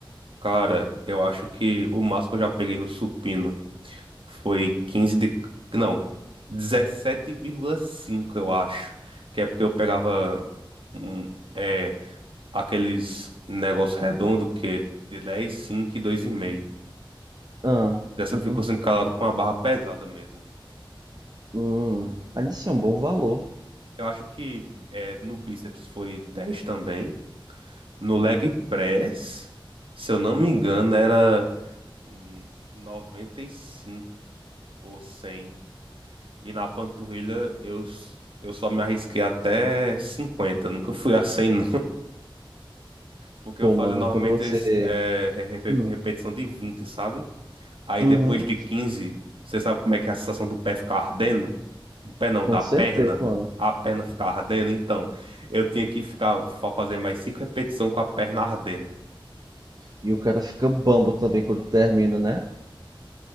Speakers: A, on the right; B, on the right.
A: Cara, eu acho que o máximo que eu já peguei no supino foi 15 de... Não, dezessete vírgula cinco eu acho. Que é porque eu pegava hum, é, aqueles negócios redondos que é de 10, 5 e 2,5.
B: Ah,
A: 17,5
B: uhum.
A: calado com a barra pesada mesmo.
B: Hum, mas isso é um bom valor.
A: Eu acho que é, no bíceps foi 10 também. No leg press, se eu não me engano, era hum, 95 ou cem E na panturrilha eu, s- eu só me arrisquei até cinquenta nunca fui a cem não. <laughs> Porque
B: Pô,
A: eu fazia
B: mano,
A: normalmente
B: quando você.
A: es- eh, re- repe-
B: Hum,
A: repetição de vinte sabe? Aí
B: uhum,
A: depois de 15 você sabe como é que é a sensação do pé ficar ardendo? Do pé não,
B: com
A: da
B: certeza,
A: perna.
B: mano.
A: A perna ficar ardendo. Então, eu tinha que ficar fa- fazer mais 5 repetições com a perna ardendo.
B: E o cara fica bambo também quando termina, né?